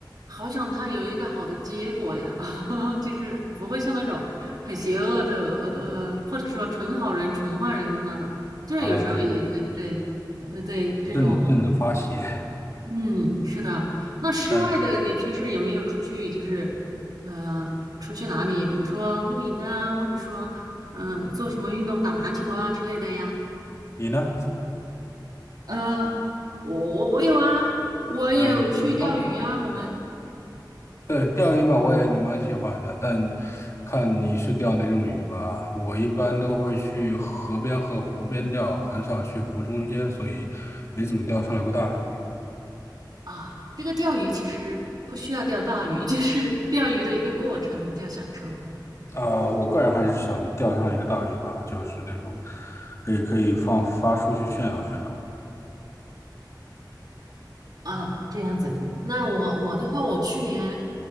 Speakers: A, on the right; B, on the left.
A: 好想他有一个好的结果呀，<laughs> 就是不会像那种很邪恶的和呃或者说纯好人纯坏人的那种，就是有时候也会对也会对这种
B: 啊，对，正正的发邪。
A: 嗯，是的。那室外的，
B: 但
A: 你平时有没有出去，就是呃，出去哪里？比如说露营啊，或者说嗯、呃做什么运动，打篮球啊之类的呀？
B: 你呢？
A: 呃，我我有啊，我有去钓鱼呀、
B: 呃，比如说。
A: 我们
B: 对，钓鱼嘛，我也蛮喜欢的，但看你是钓哪种鱼吧。我一般都会去河边和湖边钓，很少去湖中间，所以没怎么钓上来过大鱼。
A: 啊，这个钓鱼其实不需要钓大鱼，<laughs> 就是钓鱼的一个过程比较享受。
B: 啊、我个人还是想钓上一个大鱼吧，就是那种可以可以放发出去炫耀炫耀。
A: 啊，这样子。那我我的话，我去年